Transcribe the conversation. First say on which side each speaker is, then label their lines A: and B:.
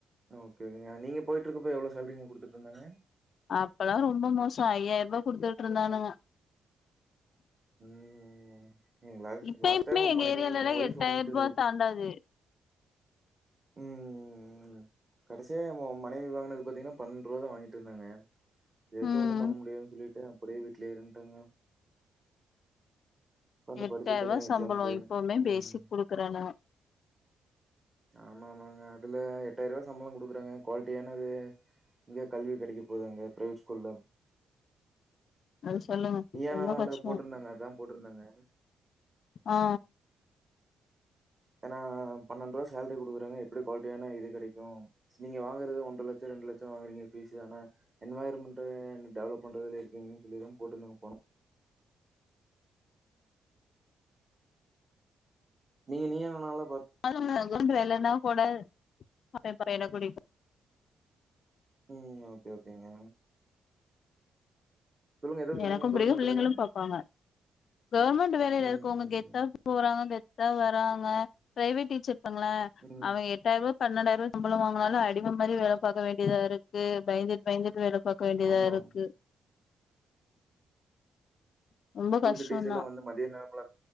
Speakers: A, on the right; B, on the left.
A: ஓகே நீங்க போயிட்டு இருக்கப்ப எவ்வளோ சேலரிங்க குடுத்துட்டு இருந்தாங்க
B: அப்பல்லாம் ரொம்ப மோசம் ஐயாயிர்பா குடுத்துட்டு இருந்தானுவ
A: ம் ம் லாஸ்
B: இப்பயுமே
A: லாஸ்ட் டைம் உ
B: எங்க
A: மனைவியும்
B: ஏரியால எல்லாம்
A: ஒய்ஃப்
B: எட்டாயிரம்
A: வாங்கிட்டு இருந்த
B: ரூபாய்
A: <inaudible>
B: தாண்டாது
A: ம் கடைசியா என் மனைவி வாகனத்து பாத்தீங்கன்னா பன்னரண்டு ரூபா தான் வாங்கிட்டு இருந்தாங்க இதவச்சு
B: ம்
A: ஒண்ணும் பண்ண முடியதுன்னனு சொல்லிட்டு அப்படியே வீட்டுலயே இருட்டாங்க இப்ப வந்து
B: எட்டாயிரூவா
A: படிச்சுட்டு இருக்கங்க
B: சம்பளோ
A: எக்ஸாமுக்கு
B: இப்பவுமே
A: ம்
B: பேசிக் குடுக்குறேன் நா
A: ஆமா ஆமாங்க அதுல எட்டாயிரம் ரூபா சம்பளம் குடுக்குறாங்க குவாலிட்டியானது இங்க கல்வி கிடைக்க போதூங்க பிரைவேட் ஸ்கூல்ல
B: அது சொல்லுங்க
A: நீயா
B: ரொம்ப
A: நானா
B: கஷ்டோ
A: ல போட்டிருந்தாங்க அதான் போட்டிருந்தாங்க
B: ஆ
A: ஏனா பன்னெண்டு ரூபா சேளரி குடுக்குறாங்க எப்படி குவாலிடியான இது கிடைக்கும் நீங்க வாங்கறது ஒன்ற லட்சம் ரெண்டு லட்சம் வாங்கறீங்க ஈசி தான என்விரால்மெண்ட் டெவலப் பண்றதுல இருக்கீங்கன்னு சொல்லிதான் போட்டுருந்தாங்க போன நீங்க நீயா நானால
B: <inaudible> வேலைன்னா கூட <inaudible> பையன குடிப்ப
A: உம் ஓகே ஓகேங்க சொல்லுங்க ஏதோ சொன்னீங்க
B: எனக்கும்
A: கவர்மெண்ட்
B: பிடிக்கும் பிள்ளைங்களும்
A: வேல
B: பாப்பாங்க கவர்மெண்ட் வேலையில
A: ம்
B: இருக்கவங்க கெத்தா போறாங்க கெத் த்தா வராங்க பிரைவேட் டீச்சர்ப்பங்கள
A: ம்
B: அவங்க எட்டாயிர்ரூபா பன்னெண்டாயிரம் சம்பளம் வாங்கினாலும் அடிம மாரி வேல பாக்க வேண்டியதா இருக்கு பயந்து பயந்துட்டு வேல பாக்க வேண்டியதா
A: ஆமா
B: இருக்கு ரொம்ப
A: குரூப்
B: கஷ்டோந்தா
A: டீச்சர் எல்லா வந்தா மதிய நேரமெல்லா